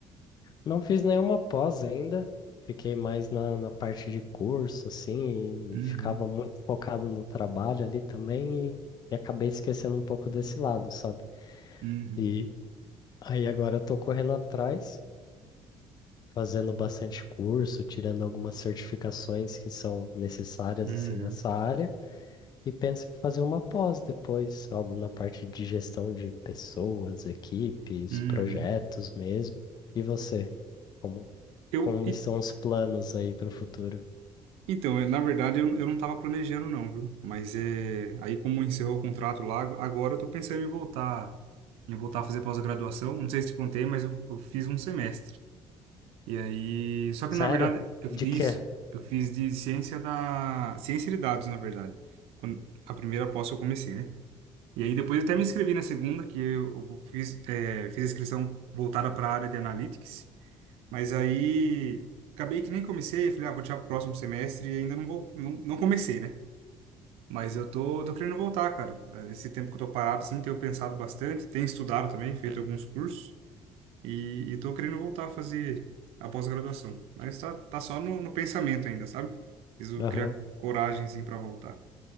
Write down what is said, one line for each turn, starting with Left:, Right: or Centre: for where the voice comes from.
Left: Não fiz nenhuma pós ainda, fiquei mais na, na parte de curso, assim,
Right: Uhum,
Left: e ficava muito focado no trabalho ali também, e, e acabei esquecendo um pouco desse lado, sabe?
Right: uhum.
Left: E aí agora eu tô correndo atrás, fazendo bastante curso, tirando algumas certificações que são necessárias,
Right: Uhum,
Left: assim, nessa área, e penso em fazer uma pós depois, algo na parte de gestão de pessoas, equipes,
Right: uhum.
Left: projetos mesmo. E você? Como,
Right: Eu,
Left: Como
Right: e-
Left: estão os planos aí para o futuro?
Right: então, eu- na verdade, eu, eu não estava planejando não, viu? Mas é, aí como encerrou o contrato lá, agora eu tô pensando em voltar, em voltar a fazer pós-graduação. Não sei se te contei, mas eu, eu fiz um semestre. E aí, só que
Left: Sério?
Right: na verdade, eu fiz
Left: De quê?
Right: isso, eu fiz de ciência da ciência de dados, na verdade. Quando a primeira pós que eu comecei, né? E aí depois eu até me inscrevi na segunda, que eu eu fiz é, fiz a inscrição voltada para a área de analytics, mas aí acabei que nem comecei, falei, ah, vou tirar pro próximo semestre e ainda não vou não, não comecei, né? Mas eu tô, tô querendo voltar, cara. Esse tempo que eu tô parado, assim, tenho pensado bastante, tenho estudado também, feito alguns cursos. E, e tô querendo voltar a fazer a pós-graduação. Mas tá, tá só no, no pensamento ainda, sabe? Preciso
Left: Aham.
Right: criar coragem, assim, pra voltar.